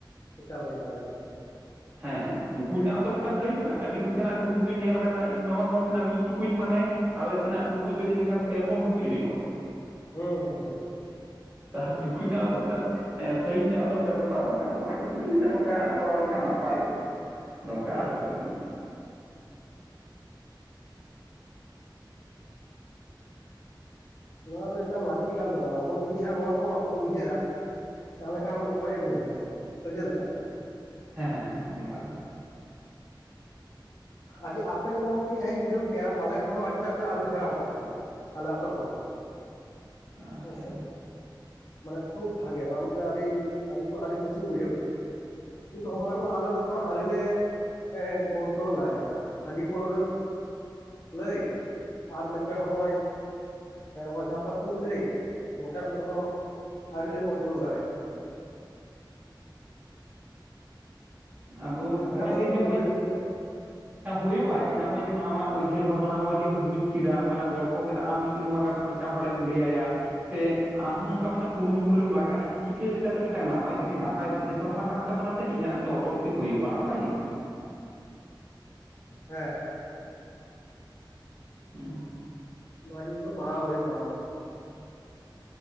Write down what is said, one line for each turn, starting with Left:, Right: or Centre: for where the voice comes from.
Left: ᱮᱠᱟᱞ ᱜᱮ ᱮᱠᱟᱞ ᱜᱮ
Right: <inaudible> ᱦᱮᱸ ᱴᱩᱠᱩᱡ ᱨᱮᱱᱟᱜ ᱦᱚᱛᱚ ᱢᱤᱫᱴᱟᱝ ᱥᱟᱭᱤᱡ ᱢᱮᱱᱟᱜᱼᱟ ᱟᱹᱰᱤ ᱥᱮᱱᱟᱜ ᱴᱩᱠᱩᱡ ᱫᱚᱧ ᱧᱮᱞ ᱠᱟᱫᱟ ᱤᱧ ᱢᱟᱢᱟ ᱦᱚᱲ ᱥᱮᱱᱟᱜ ᱢᱤᱫ ᱴᱩᱠᱩᱡ ᱢᱟᱱᱮ ᱟᱞᱮ ᱥᱮᱱᱟᱜ ᱴᱩᱠᱩᱡ ᱫᱚ ᱡᱟᱹᱱᱤᱡ ᱠᱷᱟᱱ ᱯᱮ ᱯᱩᱱ ᱴᱩᱠᱩᱡ ᱦᱩᱭᱩᱜᱼᱟ
Left: ᱦᱩᱸ ᱦᱩᱸ ᱦᱩᱸ
Right: ᱛᱟᱦᱚᱞᱮ ᱴᱩᱠᱩᱡ <inaudible> ᱥᱟᱭᱤᱡ ᱨᱮᱱᱟᱜ ᱦᱚᱛᱚ ᱢᱤᱫᱴᱟᱝ ᱵᱮᱯᱟᱨ ᱢᱮᱱᱟᱜᱼᱟ ᱟᱫᱚ ᱚᱱᱟ ᱠᱷᱟᱹᱛᱤᱨ <inaudible> ᱱᱚᱝᱠᱟ ᱠᱚᱨᱟᱣ ᱞᱮᱠᱷᱟᱱ ᱱᱟᱯᱟᱭᱚᱜᱼᱟ ᱱᱚᱝᱠᱟ
Left: ᱮᱠᱟᱞ ᱜᱮ
Right: ᱦᱩᱸ
Left: ᱮᱠᱟᱞ ᱜᱮ
Right: <inaudible>
Left: ᱱᱚᱣᱟ ᱫᱚ ᱮᱠᱟᱞ ᱞᱟᱹᱠᱛᱤ ᱠᱟᱱ ᱛᱟᱵᱚᱱᱟ ᱟᱵᱚ ᱡᱩᱫᱤ ᱦᱟᱸᱜ ᱱᱚᱣᱟ ᱠᱚ ᱵᱟᱵᱚᱱ ᱩᱭᱦᱟᱹᱨᱟ ᱛᱟᱦᱚᱞᱮ ᱠᱷᱟᱱ ᱚᱠᱚᱭᱮ ᱩᱭᱦᱟᱹᱨᱟ ᱥᱮ ᱪᱮ ᱞᱮᱠᱟ
Right: ᱦᱮᱸ ᱦᱮᱸ ᱚᱱᱠᱟᱜᱮ
Left: ᱟᱹᱰᱤ ᱟᱯᱮ ᱫᱚ ᱜᱚᱢᱠᱮ ᱡᱟᱦᱟᱸᱧ ᱵᱩᱡᱷᱟᱹᱣ ᱠᱮᱭᱟ ᱟᱞᱮ ᱠᱷᱚᱱ ᱦᱚᱸ ᱟᱹᱰᱤ ᱯᱮ ᱟᱹᱨᱩ ᱯᱷᱮᱨᱟᱣ ᱠᱟᱫ ᱛᱟᱵᱚᱱᱟ ᱟᱞᱮ ᱟᱹᱛᱳ ᱠᱷᱚᱱ ᱦᱚᱸ
Right: ᱟᱪᱪᱷᱟ
Left: ᱦᱮᱸ ᱥᱮ ᱢᱟᱱᱮ ᱠᱷᱩᱵ ᱵᱷᱟᱜᱮ ᱱᱚᱣᱟ ᱢᱤᱫᱴᱮᱱ ᱟᱹᱰᱤᱧ ᱟᱹᱰᱤ ᱟᱹᱰᱤ ᱠᱩᱥᱤᱧ ᱵᱩᱡᱷᱟᱹᱣ ᱠᱮᱫᱼᱟ ᱠᱤᱱᱛᱩ ᱦᱚᱜ ᱱᱚᱣᱟ ᱠᱚᱫᱚ ᱟᱞᱮ ᱠᱚᱫᱚ ᱟᱹᱣᱨᱤ ᱞᱮ ᱦᱮᱸ ᱠᱚᱱᱴᱨᱳᱞ ᱫᱟᱲᱮᱭᱟᱜᱼᱟ ᱦᱟᱺᱰᱤ ᱯᱟᱹᱣᱨᱟᱹ ᱞᱟᱹᱭ ᱟᱨ ᱢᱤᱫᱴᱮᱱ ᱦᱚᱸᱜᱼᱚᱭ ᱚᱡᱷᱟ ᱯᱟᱹᱛᱤᱢ ᱞᱟᱹᱭ ᱱᱚᱝᱠᱟᱱᱟᱜ ᱫᱚ ᱮᱠᱷᱚᱱᱳ ᱟᱹᱣᱨᱤ ᱞᱮ ᱠᱚᱱᱴᱨᱳᱞ ᱫᱟᱲᱮᱭᱟᱜᱼᱟ
Right: ᱟᱫᱚ ᱱᱚᱜᱼᱚᱭ
Left: ᱛᱟᱭᱚᱢ
Right: ᱞᱟᱹᱭ
Left: ᱫᱟᱨᱟᱢ
Right: <inaudible>
Left: ᱡᱩᱫᱤ ᱦᱩᱭᱩᱜ ᱜᱮᱪᱚ
Right: ᱦᱩᱭᱩᱜᱼᱟ ᱪᱤᱫᱟ ᱱᱚᱜᱼᱚᱭ ᱡᱮ ᱟᱢᱟᱜ ᱩᱭᱦᱟᱹᱨ ᱵᱷᱟᱵᱽᱱᱟ ᱱᱚᱜᱼᱚᱭ ᱡᱮ ᱵᱩᱡ ᱠᱮᱫᱟ ᱱᱚᱜ ᱚᱭ ᱞᱟᱝ ᱜᱚᱞᱯᱚ ᱠᱮᱫᱟ ᱟᱢ ᱢᱤᱫ ᱫᱤᱱ ᱱᱚᱣᱟ ᱠᱟᱛᱷᱟᱢ <inaudible> ᱢᱤᱫᱴᱟᱝ ᱦᱚᱲᱮᱢ ᱞᱟᱹᱭᱟ ᱭᱟ ᱥᱮ ᱟᱢ ᱦᱚᱸ ᱱᱚᱝᱠᱟ ᱢᱤᱫᱴᱟᱝ ᱠᱩᱨᱩᱢᱩᱴᱩ ᱨᱮᱢ ᱞᱟᱜᱟᱜᱼᱟ ᱡᱮ ᱪᱤᱠᱟᱹ ᱞᱮᱠᱟᱛᱮ ᱢᱤᱫᱴᱟᱝ ᱱᱟᱯᱟᱭ ᱡᱩᱫᱤ ᱱᱟᱯᱟᱭ ᱩᱭᱦᱟᱹᱨ ᱵᱷᱟᱵᱽᱱᱟ ᱛᱟᱸᱦᱮᱱ ᱛᱟᱵᱚ ᱱᱟᱥᱮ ᱤᱧᱟᱹᱜ ᱞᱟᱹᱜᱤᱫ ᱚᱴᱚᱢᱮᱴᱤᱠ ᱦᱩᱭᱩᱜᱼᱟ ᱱᱟᱯᱟᱭ ᱡᱤᱱᱤᱥ
Left: <inaudible> ᱦᱮᱸ
Right: ᱦᱩᱸ
Left: ᱱᱚᱣᱟ ᱡᱤᱱᱤᱥ ᱫᱚ ᱠᱚᱨᱟᱣ ᱜᱮ ᱦᱩᱭᱩᱜ ᱛᱟᱵᱚᱱᱟ